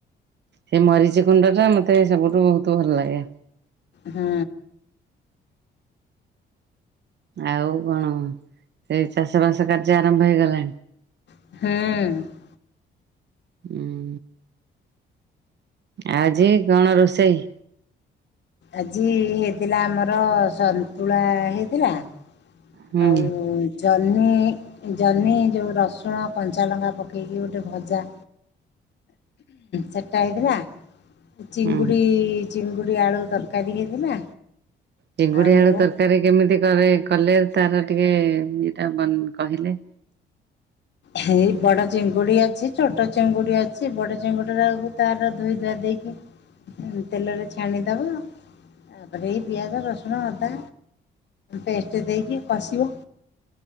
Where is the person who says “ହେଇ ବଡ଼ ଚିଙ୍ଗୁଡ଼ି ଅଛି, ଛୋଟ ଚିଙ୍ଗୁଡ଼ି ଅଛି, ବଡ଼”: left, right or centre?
Left